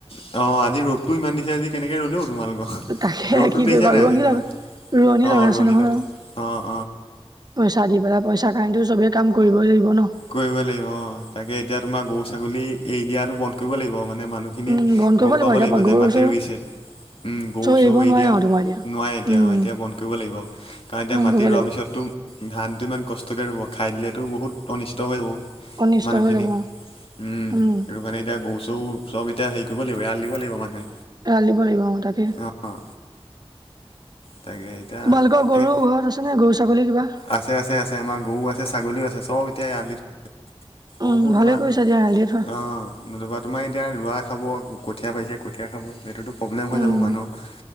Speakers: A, on the left; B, on the right.
A: অ আজি ৰ'দটো ইমান দিছে আজি কেনেকে ৰুলে ঔ? তোমালোক
B: তাকে
A: ৰ'দতো
B: কি
A: দেখিছা
B: কৰিবা
A: নাই
B: ৰোৱনী
A: আজি কিমান,
B: লগা ৰোৱনী
A: অঁ
B: লগাইছে
A: ৰোৱনী
B: নহয়
A: ল
B: অ
A: অঁ।
B: পইচা দি পেলাই, পইচা কাৰনেটো চবে কাম কৰিবই লাগিব ন।
A: কৰিব লাগিব অঁ, তাকে এতিয়া তোমাৰ গৰু ছাগলী এৰি দিয়াটো বন্ধ কৰিব লাগিব মানে মানুহখিনিয়ে
B: উম বন্ধ কৰিব
A: গম পাব
B: এতিয়া
A: লাগিব
B: গৰু
A: যে মাটি
B: চৰু
A: ৰুইছে। উম গৰু চৰু
B: এৰিব
A: এৰি
B: নোৱাৰে
A: দিয়া
B: আৰু তোমাৰ এতিয়া
A: নোৱাই এতিয়া
B: উম
A: এতিয়া বন্ধ কৰিব লাগিব, কাৰণ এতিয়া
B: বন্ধ
A: মাটি
B: কৰিব
A: ৰোৱাৰ
B: লাগিব
A: পিছততো ধানটো ইমান কষ্টকে ৰুব খায় দিলেতো বহুত অনিষ্ট হৈ যাব।
B: অনিষ্ট
A: মানুহখিনি
B: হৈ যাব
A: উম
B: উম
A: সেইটো কাৰণে এতিয়া গৰু চৰু চব এতিয়া হেৰি কৰিব লাগিব এৰাল দিব লাগিব মানুহে।
B: এৰাল দিব লাগিব অ তাকে
A: অ তাকে এতিয়া
B: তোমালোকৰ গৰু
A: এই,
B: ঘৰত আছে নে গৰু ছাগলী কিবা
A: আছে আছে আছে আমাৰ গৰু আছে ছাগলীও আছে। চব এতিয়া এৰালি সৰু
B: উম
A: গৰু তোমাৰ,
B: ভালে কৰিছা দিয়া এৰাল দি থোৱা
A: অহ নোযোৱা তোমাৰ এই এতিয়া ৰোৱা খাব, কঠীয়া পাইছে কঠীয়া খাব সেইটোতো প্ৰব্লেম হৈ
B: উম
A: যাব মানুহ